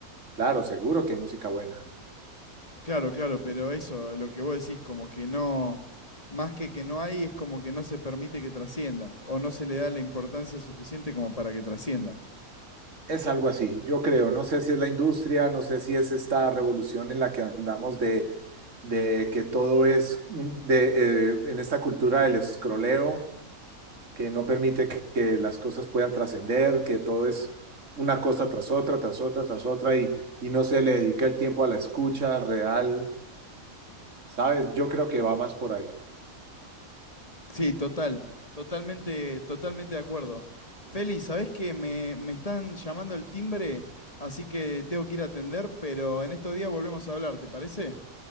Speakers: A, on the right; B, on the left.
A: Claro, seguro que hay música buena.
B: Claro, claro, pero eso, lo que vos decís, como que no, más que que no hay, es como que no se permite que trascienda, o no se le da la importancia suficiente como para que trascienda.
A: Es algo así, yo creo. No sé si es la industria, no sé si es esta revolución en la que andamos de, de que todo es un- de, eh, en esta cultura del escroleo, que no permite que, que las cosas puedan trascender, que todo es una cosa tras otra, tras otra, tras otra, y, y no se le dedica el tiempo a la escucha real, ¿sabes? Yo creo que va más por ahí.
B: Sí, total, totalmente, totalmente de acuerdo. Feli, ¿sabés que me, me están llamando el timbre? Así que tengo que ir a atender, pero en estos días volvemos a hablar, ¿te parece?